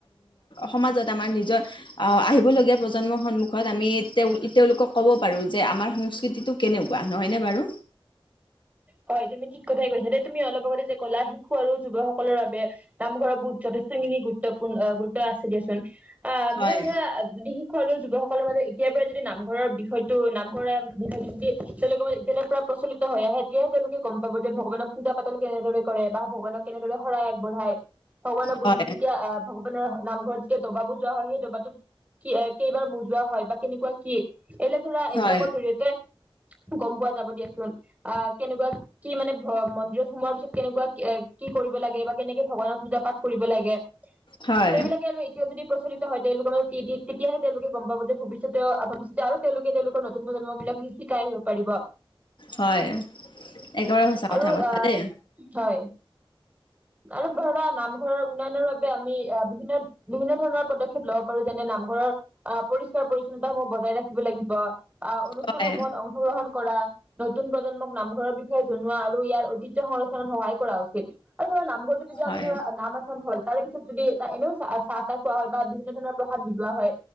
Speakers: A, on the left (about 60°); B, on the right (about 15°).
A: সমাজত আম নিজৰ আহিবলগীয়া প্ৰজন্মৰ সন্মুখত আমি তেওঁলোকক ক'ব পাৰো যে আমাৰ সংস্কৃতিটো কেনেকুৱা নহয় ন বাৰু?
B: হয় তুমি ঠিক কথাই কৈছা দে তুমি অলপ আগতে যে কলা শিশু আৰু যুৱ সকলৰ বাবে নামঘৰৰ বহুত যথেষ্টখিনি গুৰুত্বপূৰ্ণ গুৰুত্ব আছে দিয়াচোন। অ ম
A: হয়
B: ধৰা খোৱাল যুৱকসকলৰ মাজত এতিয়াৰ পৰাই যদি নামঘৰৰ বিষয়টো নামঘৰৰে বিষয় যদি তেওঁলোকৰ ম এতিয়ালাৰ পৰা প্ৰচলিত হৈ আহে এতিয়াহে তেওঁলোকে গম পাব যে ভগৱানক পূজা পাতল কেনেদৰে কৰে বা ভগৱানক কেনেদৰে শৰাই আগবঢ়ায়। ভগৱানৰ গধূলি
A: হয়
B: যেতিয়া আহ ভগৱানৰ নামঘৰত যে দবা বুজোৱা হয় সেই দবাটোত কি কেইবাৰ বুজোৱা হয় বা কেনেকুৱা কি? এনে ধৰা এইবিলাকৰ
A: হয়
B: জৰি়য়তে গম পোৱা যাব দিয়াচোন আহ। কেনেকুৱা কি মানে মন্দিৰত সোমোৱাৰ পিছত কেনেকুৱা কি কৰিব লাগে বা কেনেকে ভগৱানৰ পূজা পাঠ কৰিব লাগে
A: হয়
B: সেইবিলাকে আৰু এতিয়া যদি প্ৰচলিত হয় তেওঁলোকৰ তেতিয়াহে তেওঁলোকে গম পাব যে ভৱিষ্যতে আৰু তেওঁলোকে তেওঁলোকৰ নতুন প্ৰজন্ম বিলাক শিকাই আহিব পাৰিব।
A: হয় একেবাৰে সঁচা কথা
B: আৰু
A: কৈছা
B: অ
A: দেই
B: হয় আৰু ধৰা নামঘৰৰ উন্নয়নৰ বাবে আমি অহ বিভিন্ন বিভিন্ন ধৰণৰ পদক্ষেপ লব পাৰো যেনে নামঘৰৰ আহ পৰিষ্কাৰ পৰি্ছন্নতামূহ বজাই ৰাখিব লাগিব। অহ অনুষ্ঠানসমূহত
A: হয়
B: অংশগ্ৰহণ কৰা, নতুন প্ৰজন্মক নামঘৰৰ বিষয়ে জনোৱা আৰু ইয়াৰ ঐ তিহ্য সংৰক্ষণত সহায় কৰা উচিত আৰু ধৰা নামঘৰটো যদি
A: হয়
B: আমি ধৰা নাম এখন হ'ল তাৰে পিছত যদি এটা এনেও চা- চাহ তাহ খোৱা হয়, বা বিভিন্ন ধৰণৰ প্ৰসাদ বিলোৱা হয়।